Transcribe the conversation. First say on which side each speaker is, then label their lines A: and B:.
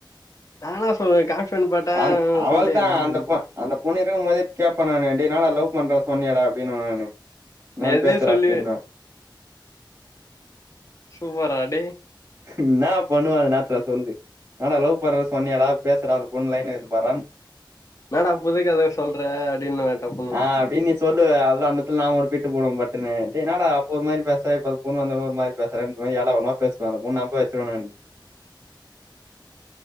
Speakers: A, on the left (about 40°); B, on the right (about 30°).
A: நானா சொல்லுரே கான்பிரன்ஸ் போட்டா
B: அ
A: உ
B: அவள்தா
A: சொல்லு உ
B: அந்த
A: உ
B: பொ அந்த பொண்ணுயிருக்கு போதே கேப்பே நானு டேய் நான லவ் பண்றே சொன்னியா டா அப்படின்னு நானு
A: நீ
B: நா
A: எதையும்
B: பேசுறே
A: சொல்லி
B: அப்டின்னு
A: சூப்பரா டேய்
B: என்ன பண்ணுவ அந்த நேரத்துல சொல்லு நானா லவ் பண்றே சொன்னியா டா பேசுனாலு அந்த பொண்ணு லைன்ல இருக்கு பாரான்
A: என்னட புதுகதை சொல்ற அப்படின்னு டபுனு
B: அ அப்படின்னு நீ சொல்லுவ அத அந்தெடத்துல நான் ஒரு பிட்டு போடுவே பட்டுனு டேய் என்னடா அப்ப ஒருமாரி பேசுற இப்ப பொண்ணு வந்தது ஒருமாரி பே சுறன்றுவே எடாகுடமா பேசுவ அந்த பொண்ணு நம்ப வச்சுறுவே நா